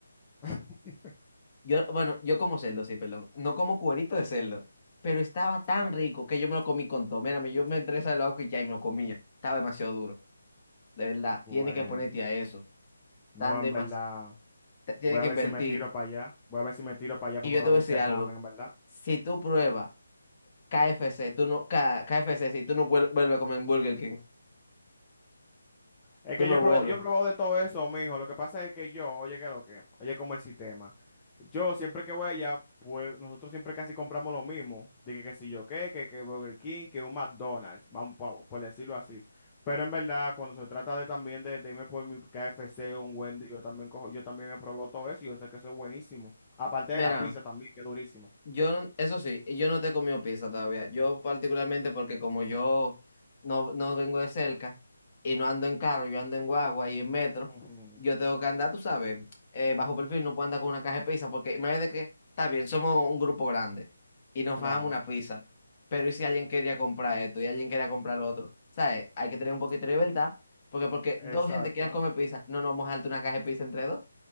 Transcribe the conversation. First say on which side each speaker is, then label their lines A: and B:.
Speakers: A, on the left; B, on the left.
A: <laughs>
B: Yo, bueno, yo como cerdo, sí, perdón. No como cuerito de cerdo. Pero estaba tan rico que yo me lo comí con todo. Mírame, yo me entré al ojo y ya y me lo comía. Estaba demasiado duro. De verdad,
A: Bueno,
B: tienes que ponerte a eso.
A: no,
B: Tan
A: en
B: demasiado.
A: verdad,
B: Tienes
A: voy
B: que
A: a ver
B: invertir.
A: si me tiro para allá, voy a ver si me tiro para allá
B: Y
A: para
B: yo
A: probarme
B: te voy a decir
A: ese
B: algo.
A: ramen, en verdad.
B: Si tú pruebas. K F C, tú no, K- KFC, si tú no vuel- vuelves a comer en Burger King,
A: Es
B: tú
A: que
B: no
A: yo he probado,
B: vuelves.
A: yo he probado de todo eso, mijo. Lo que pasa es que yo, oye, que lo que, oye, como el sistema. Yo siempre que voy allá, pues nosotros siempre casi compramos lo mismo. Dije que si yo qué, que, que Burger King, que un McDonald's, vamos por, por decirlo así. Pero en verdad, cuando se trata de también de, de irme por mi KFC o un Wendy, yo también cojo, yo también me probado todo eso y yo sé que eso es buenísimo. Aparte
B: Mira.
A: de la pizza también, que es durísimo.
B: Yo, no- eso sí, yo no te he comido pizza todavía. Yo particularmente porque como yo no, no vengo de cerca y no ando en carro, yo ando en guagua y en metro,
A: Ujú,
B: yo tengo que andar, tú sabes, eh, bajo perfil, no puedo andar con una caja de pizza porque imagínate que, está bien, somos un grupo grande y nos
A: Claro,
B: fajamos una pizza, pero ¿y si alguien quería comprar esto y alguien quería comprar lo otro? ¿Sabes? Hay que tener un poquito de libertad porque porque
A: exacto,
B: dos gente quieran comer pizza, no nos vamos a darte una caja de pizza entre dos,